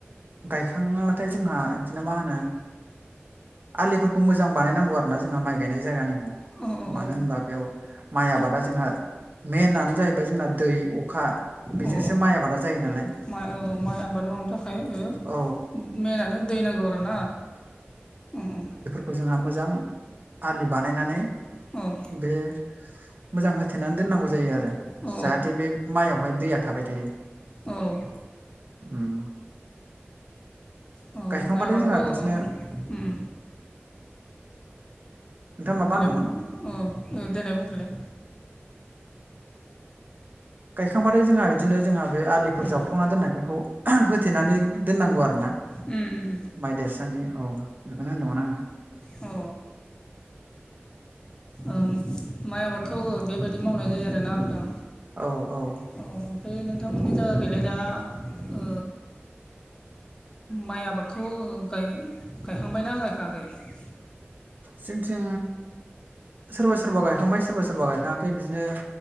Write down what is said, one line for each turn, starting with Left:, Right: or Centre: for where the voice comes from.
Right: गायखाङाबाथाय जोंहा बिदिनो मा होनो आलिफोरखौ मोजां बानायनांगौ आरो ना जोंहा माइ गायनाय जायगानिखौ
Left: औ औ
Right: मानोहोनबा बेयाव माइ आबादा जोंहा मेननानो जाहैबाय जोंना दै अखा बेजोंसो
Left: औ
Right: माइ आबादा जायोनालाय
Left: माइ औ माइ आबाद मावनो थाखाय ओमफ्राय ओ
Right: औ
Left: मेनानो दै नांगौ आरोना उम उम
Right: खौ जोंहा मोजां आलि बानायनानै
Left: औ
Right: बे मोजां होथेनानै दोननांगौ जायो आरो
Left: औ
Right: जाहाथे बे मायावहाय दैया थाबाय थायो
Left: औ
Right: उम
Left: अ
Right: गायखांबाथाय
Left: माइ आबादखौ
Right: जोंहा बिदिनो
Left: ओ उम उम
Right: नोंथाङा माबा
Left: देलाय
Right: होनदोंमोन
Left: बुंनाय अ ओ देलाय बुंफिनलाय
Right: गायखांबाथाय जोंहा बिदिनो जोंहा बे आलिफोर
Left: उम
Right: जावफ्रांना दोननायफोरखौ होथेनानै दोननांगौ आरो ना
Left: उम उम उम
Right: माइ देरसोनदि औ बेखौनो होनदोंमोन आङो
Left: अ उम माइ आबादखौ ओ बेबायदि मावनाय जायो आरोना नोंथां
Right: औ औ
Left: अ ओमफ्राय नोंथांमोननि जायगा गैलाय दा ओ माइ आबादखौ ओ गाय गायखांबायना गायखाङाखै
Right: जोंथि सोरबा सोरबा गायखांबाय सोरबा सोरबा गायखाङाखै बिदिनो